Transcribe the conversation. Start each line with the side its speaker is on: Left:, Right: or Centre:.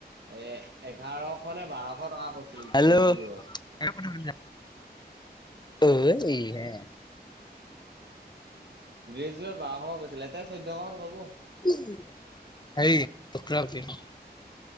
Right: এ এঘাৰশ নে বাৰশ টকা কৈছিল
Left: হেল্ল'
Right: ড্ৰেছযোৰত।
Left: <unintelligible> অ', এই হে।
Right: ড্ৰেছজোৰত বাৰশ মান কৈছিলে এতিয়া চৈধ্যশ মান ক'ব।
Left: <unintelligible> হেৰি <unintelligible>